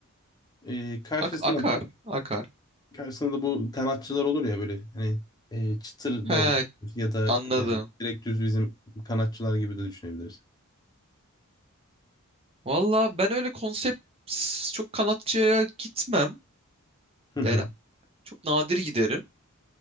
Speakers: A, on the left; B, on the right.
A: E, karşısına
B: Ak akar
A: da
B: akar.
A: karşısına da bu kanatçılar olur ya böyle hani e, çıtır
B: He
A: da olur ya da
B: anladım.
A: e, direkt düz bizim kanatçılar gibi de düşünebiliriz.
B: Valla ben öyle konsept s- çok kanatçıya gitmem.
A: <laughs>
B: Yani çok nadir giderim.